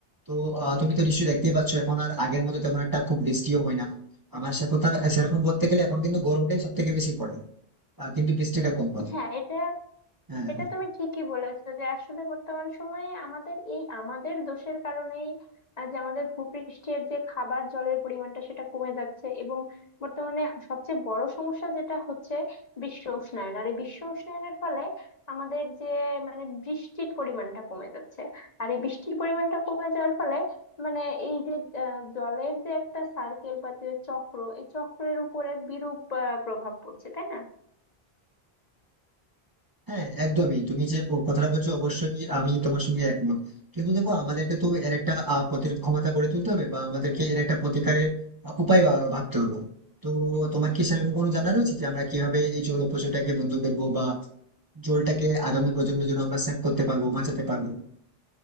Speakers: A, on the right; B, on the left.
A: তো আহ, তুমি তো নিশ্চয়ই দেখতেই পাচ্ছ এখন আর আগের মতো তেমন একটা খুব বৃষ্টিও হয় না আমার সে কথা সেরকম বলতে গেলে এখন কিন্তু গরমটাই সব থেকে বেশি পড়ে আহ, কিন্তু বৃষ্টিটা কম হয়
B: হ্যাঁ এটা
A: হ্যাঁ
B: এটা তুমি ঠিকই বলেছো যে আসলে বর্তমান সময়ে আমাদের এই আমাদের দোষের কারণেই আহ, যে আমাদের ভূপৃষ্ঠের যে খাবার জলের পরিমাণটা সেটা কমে যাচ্ছে এবং বর্তমানে সবচেয়ে বড় সমস্যা যেটা হচ্ছে বিশ্ব উষ্ণায়ন আর এই বিশ্ব উষ্ণায়নের ফলে আমাদের যে মানে বৃষ্টির পরিমাণটা কমে যাচ্ছে আর এই বৃষ্টির পরিমাণটা কমে যাওয়ার ফলে মানে এই যে আহ, জলের যে একটা সার্কেল বা যে চক্র এই চক্রের উপরে বিরূপ আহ, প্রভাব পড়ছে তাই না
A: হ্যাঁ একদমই তুমি যে ও কথাটা বলছো অবশ্যই আমি তোমার সঙ্গে একমত কিন্তু দেখো আমাদেরকে তো এর একটা আহ, প্রতিরোধ ক্ষমতা গড়ে তুলতে হবে বা আমাদেরকে এর একটা প্রতিকারের আহ, উপায় ভা- ভাবতে হবে তো তোমার কি সেরকম কোনো জানা রয়েছে যে আমরা কিভাবে এই জল অপচয়টাকে বন্ধ করবো বা জলটাকে আগামী প্রজন্মের জন্য আমরা সেভ করতে পারবো বাঁচাতে পারবো